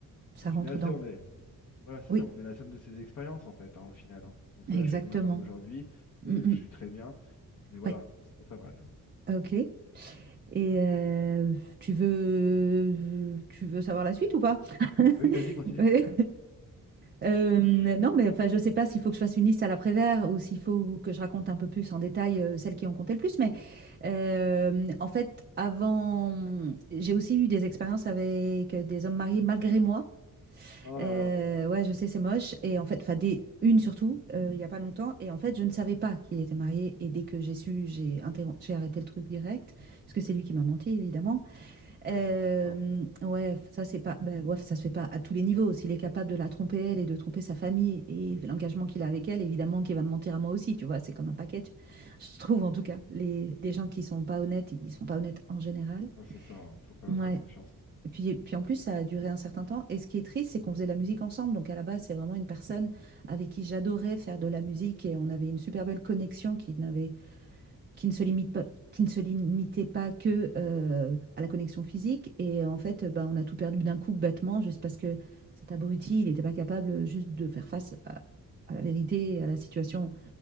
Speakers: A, on the right; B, on the left.
A: ça
B: au final,
A: rentre
B: tu
A: dans.
B: sais, on est. Voilà, c'est
A: Oui,
B: ça. On est la somme de ses expériences, en fait, hein, au final. hein. Donc
A: exactement.
B: là, je suis avec ma femme aujourd'hui.
A: Mm,
B: Et
A: mm.
B: je suis très bien. Mais voilà,
A: Ouais,
B: c'était pas mal.
A: ok. Et euh, tu veux, tu veux savoir la suite ou pas? <laughs>
B: Ah oui, vas-y, continue.
A: Ouais. Euh, non, mais enfin, je sais pas s'il faut que je fasse une liste à l'après-vert ou s'il faut que je raconte un peu plus en détail euh, celles qui ont compté le plus. Mais euh, en fait, avant, j'ai aussi eu des expériences avec des hommes mariés malgré moi.
B: Oh
A: Euh,
B: là là.
A: ouais, je sais, c'est moche. Et en fait, enfin, des, une surtout, euh, il y a pas longtemps. Et en fait, je ne savais pas qu'il était marié. Et dès que j'ai su, j'ai interrom- j'ai arrêté le truc direct, parce que c'est lui qui m'a menti, évidemment.
B: Ah
A: Hem,
B: oui, ça, ça se fait pas.
A: ouais, ça c'est pas bah, ouais, ça se fait pas à tous les niveaux. S'il est capable de la tromper elle et de tromper sa famille et l'engagement qu'il a avec elle, évidemment qu'il va me mentir à moi aussi, tu vois? C'est comme un package. Je trouve en tout cas, les les gens qui sont pas honnêtes, ils sont pas honnêtes en général.
B: Ah, c'est ça. hein. Faut pas
A: Ouais.
B: leur faire confiance.
A: et puis et puis en plus ça a duré un certain temps et ce qui est triste, c'est qu'on faisait de la musique ensemble donc à la base, c'est vraiment une personne avec qui j'adorais faire de la musique et on avait une super belle connexion qui n'avait qui ne se limite pas qui ne se limitait pas que euh, à la connexion physique et en fait bah, on a tout perdu d'un coup bêtement juste parce que cet abruti il n'était pas capable juste de faire face à, à, la vérité à la situation